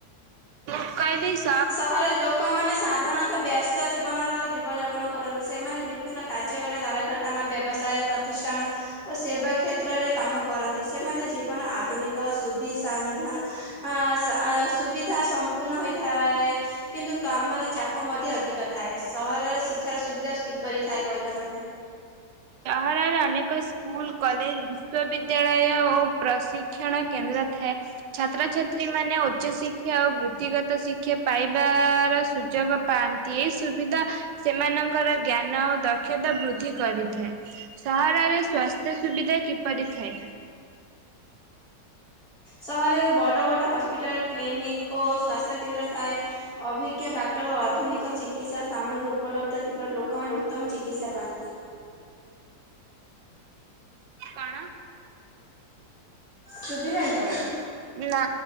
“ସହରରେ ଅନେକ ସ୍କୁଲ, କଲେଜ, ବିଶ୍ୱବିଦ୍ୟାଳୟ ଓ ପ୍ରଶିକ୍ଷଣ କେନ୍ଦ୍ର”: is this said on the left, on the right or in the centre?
Right